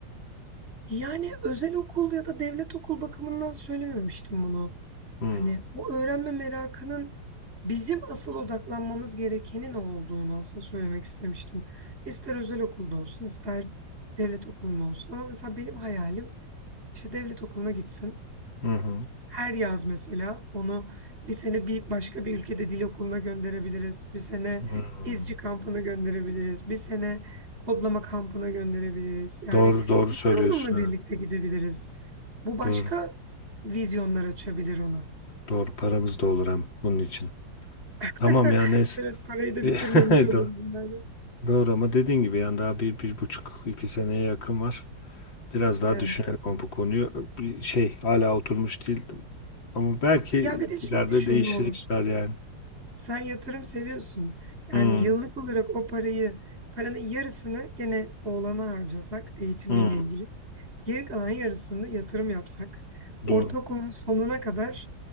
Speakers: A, on the right; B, on the left.
A: Yani özel okul ya da devlet okul bakımından söylememiştim bunu.
B: Hmm.
A: Hani bu öğrenme merakının bizim asıl odaklanmamız gerekenin o olduğunu aslında söylemek istemiştim. İster özel okulda olsun, ister devlet okulunda olsun. Ama mesela benim hayalim işte devlet okuluna gitsin.
B: Hı hı.
A: Her yaz mesela onu bir sene bir başka bir ülkede dil okuluna gönderebiliriz. Bir sene
B: Hmm.
A: izci kampına gönderebiliriz. Bir sene kodlama kampına gönderebiliriz. Yani
B: Doğru doğru
A: biz
B: söylüyorsun
A: de onunla
B: evet.
A: birlikte gidebiliriz. Bu başka
B: Doğru.
A: vizyonlar açabilir ona.
B: Doğru paramız da olur hem bunun için.
A: <laughs>
B: Tamam ya neyse.
A: Evet, parayı
B: <laughs>
A: da
B: Do-
A: bitirmemiş oluruz yani.
B: Doğru ama dediğin gibi yani daha bir, bir buçuk iki seneye yakın var. Biraz daha
A: Evet.
B: düşünelim ama bu konuyu. Bir Şey hala oturmuş değil ama belki
A: Ya bir de şeyi
B: ileride
A: düşün
B: değişir
A: ne olur.
B: işler yani.
A: Sen yatırım seviyorsun. Yani
B: Hmm,
A: yıllık olarak o parayı, paranın yarısını gene oğlana harcasak eğitimiyle
B: hmm,
A: ilgili. Geri kalan yarısında yatırım yapsak,
B: doğru.
A: ortaokulun sonuna kadar